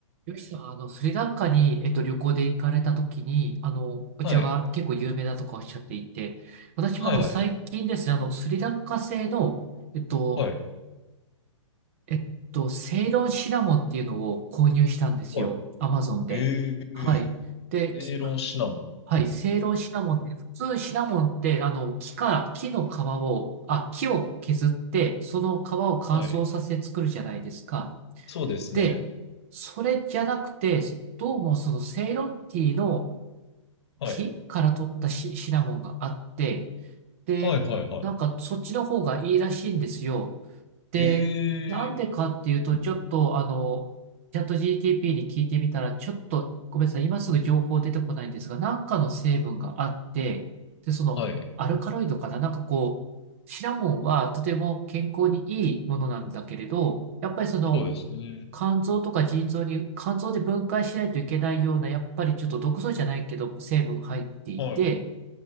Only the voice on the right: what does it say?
よしさん、あの、スリランカに、えっと、旅行で行かれた時に、あの、お茶が結構有名だとかおっしゃっていて、
私もあの、
最近ですね、あの、スリランカ製の、えっと、
えっと、セイロンシナモンっていうのを購入したんですよ。
アマゾンで。
はい。で、
きはい、セイロンシナモンって、普通シナモンって、あの、木から、木の皮を、あ、木を削って、その皮を乾燥させて作るじゃないですか。
で、それじゃなくて、どうもそのセイロンティーの
木から取ったシ、シナモンがあって、で、
なんかそっちの方がいいらしいんですよ。で、
なんでかっていうと、ちょっとあの、チャット GTP に聞いてみたら、ちょっとごめんなさい、今すぐ情報出てこないんですが、なんかの成分があって、で、そのアルカロイドかな、
なんかこう、シナモンはとても健康にいいものなんだけれど、やっぱりその、
肝臓とか腎臓に、肝臓で分解しないといけないような、やっぱりちょっと毒素じゃないけど、成分入っていて、